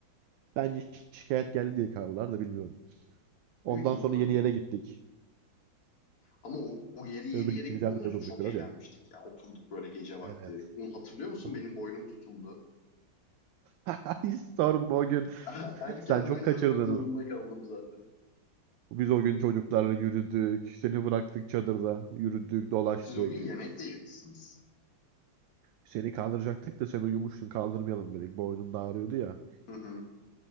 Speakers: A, on the right (about 75°); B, on the left (about 50°).
A: Bence şi- şikayet geldi diye kararlar da bilmiyorum. Ondan
B: Büyük ihtimal.
A: sonra yeni yere gittik.
B: Ama o, o yeri yeni
A: Öbür gittiğimiz
B: yere gitmeden
A: yerde de
B: önce
A: durduk
B: çok
A: biraz
B: eğlenmiştik
A: ya.
B: ya. Oturduk böyle gece vakti.
A: Evet.
B: Onu Hatırlıyor musun
A: O-
B: benim boynum tutuldu.
A: <laughs> Hiç sorma o gün.
B: <laughs> Erkenden
A: Sen çok
B: yatmak
A: kaçırdın
B: zorunda
A: o.
B: kaldım zaten.
A: Biz o gün çocuklarla yürüdük. Seni bıraktık çadırda. Yürüdük, dolaştık.
B: Siz o gün yemek de yemişsiniz.
A: Seni kaldıracaktık da sen uyumuştun kaldırmayalım dedik. Boynun da ağrıyordu ya.
B: Hı hı.